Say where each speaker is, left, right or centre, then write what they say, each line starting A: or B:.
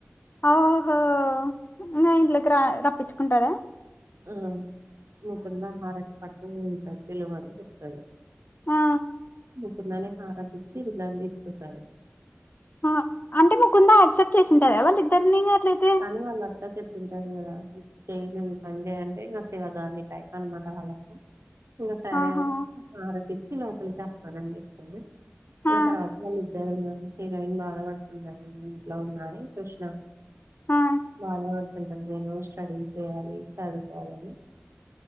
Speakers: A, on the left; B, on the right.
A: ఓహో ఇంకా ఇంట్లకి ర రప్పించుకుంటాదా
B: ఆ ముకుంద ఆహారకి పట్టు ఇంట్లోకి పిలువని చెప్తది
A: ఆ
B: మీకుందనే హారతిచ్చి ఇంట్లకి తీసుకొస్తాది
A: ఆ అంటే ముకుందా యాక్సెప్ట్ చేసింటద వాళ్ళు ఇద్దరిని అట్లయితే
B: కానీ వాళ్ళ అత్తా చెప్పి ఉంటాది కదా చేయ ను్ ఈ పని చేయంటే ఇంకా శివగామి టైం అన్నమాట వాళ్ళ అత్త ఇంకా సరే
A: ఆహా
B: అని హారతి ఇచ్చి లోపలికి ఆహ్వానాం చేస్తుంది ఇ
A: ఆ
B: తర్వాత వాళ్ళు ఇద్దరు హీరోయిన్ బాధ పడుతుంటాది ఇంట్లో ఉన్నారు కృష్ణ
A: ఆ
B: బాధ పడుతుంటాది నేను స్టడీ చేయాలి చదువుకోవాలిని